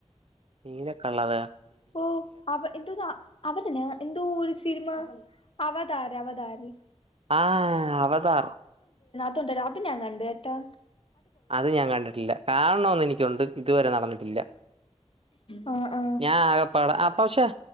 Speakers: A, on the right (about 60°); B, on the left (about 55°).
A: നീല കളറോ
B: ഓ അവ എന്തോ അവനന്നെ എന്തോ ഒരു സിനിമ അവതാര അവതാരി.
A: ആഹ് അവതാർ
B: അതും ഞാ കണ്ട് എ ട്ടാ
A: അത് ഞാൻ കണ്ടിട്ടില്ല. കാണണം എന്നെനിക്കുണ്ട്.. ഇതുവരെ നടന്നി ട്ടില്ല
B: ആ ആ
A: ഞാ ആകപ്പാട പശേ